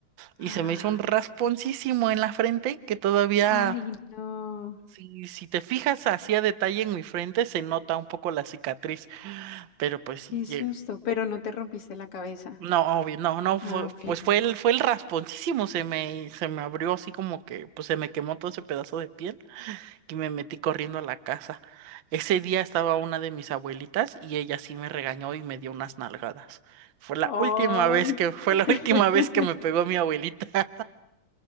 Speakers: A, on the right; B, on the left.
A: y
B: ¡Ah!
A: se me hizo un rasponcísimo en la frente que todavía,
B: Ay, no,
A: si, si te fijas así a detalle en mi frente, se nota un poco la cicatriz, pero pues sí,
B: qué
A: lle-
B: susto, pero no te rompiste la cabeza.
A: no, obvio, no, no,
B: Ah,
A: fue,
B: bueno.
A: pues fue el, fue el rasponcísimo, se me, se me abrió así como que, pues se me quemó todo ese pedazo de piel. que me metí corriendo a la casa. Ese día estaba una de mis abuelitas y ella sí me regañó y me dio unas nalgadas. Fue la
B: Ay,
A: última vez que, fue
B: <laughs>
A: la <laughs> última vez que me pegó mi abuelita.